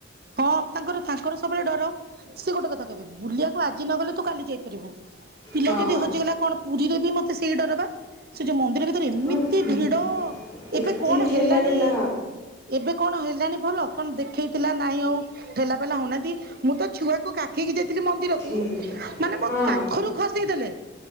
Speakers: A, on the right; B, on the left.
A: ହଁ ତାଙ୍କର ତ ତାଙ୍କର ସବୁବେଳେ ଡର ସେ ଗୋଟେ କଥା କହିବେ ବୁଲିବାକୁ ହଉ ଆଜି ନଗଲେ ତୁ କାଲି ଯାଇପାରିବୁ ପିଲା
B: ହଁ
A: ଯଦି ହଜିଗଲା କଣ ପୁରୀରେ ବି ମୋତେ ସେଇ ଡରବା ସେ ଯଉ ମନ୍ଦିର ଭି ତରେ ଏମିତି
B: ବାପରେ,
A: ଭିଡ
B: ଏତେ
A: ଏବେ କଣ
B: ଠେଲା
A: ହେଲାଣି
B: ପେଲା
A: ଏବେ କଣ ହେଲାଣି ଭଲ କଣ ଦେଖେଇଥିଲା ନାଇଁ ଆଉ ଠେଲା ପେଲା ହଉନାହାନ୍ତି ମୁଁ ତ ଛୁଆକୁ କା ଖେଇ କି ଯାଇଥିଲି ମନ୍ଦିରକୁ
B: ଠେଲା
A: ମାନେ ମୋ
B: ହଁ
A: କାଖରୁ ଖସେଇଦେଲେ